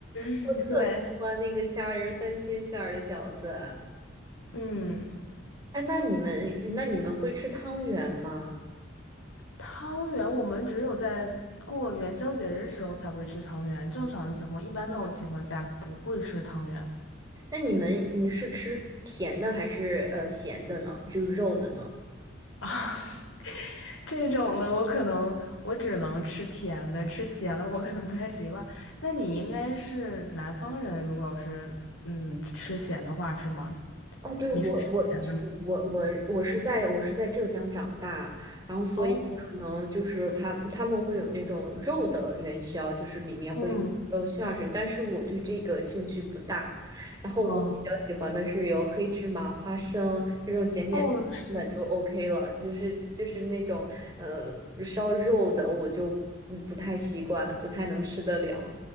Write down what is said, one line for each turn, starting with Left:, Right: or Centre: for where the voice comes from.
Left: 嗯，
Right: 我特喜欢那个虾仁儿三鲜馅儿的饺子。
Left: 对，嗯，
Right: 哎，那你们那你们会吃汤圆吗？
Left: 汤圆我们只有在过元宵节的时候才会吃汤圆，正常的情况，一般那种情况下不会吃汤圆
Right: 那你们你是吃甜的还是呃咸的呢？就是肉的呢？
Left: 啊。<laughs> 这种的我可能我只能吃甜的，吃咸的我可能不太习惯。那你应该是南方人，如果要是嗯吃咸的话是吗？
Right: 哦，对，
Left: 你是吃咸的吗？
Right: 我我其我我我是在我是在浙江长大，然后所以可能就是他他们会有那种肉的元宵，
Left: 哦，
Right: 就是里面会有肉馅儿之类，
Left: 嗯，
Right: 但是我对这个兴趣不大。然后我比较喜欢的是有黑芝麻、
Left: 哦，
Right: 花生这种简简单单的就
Left: 哦，是，
Right: OK 了，就是就是那种呃烧肉的我就嗯不太习惯，不太能吃得了。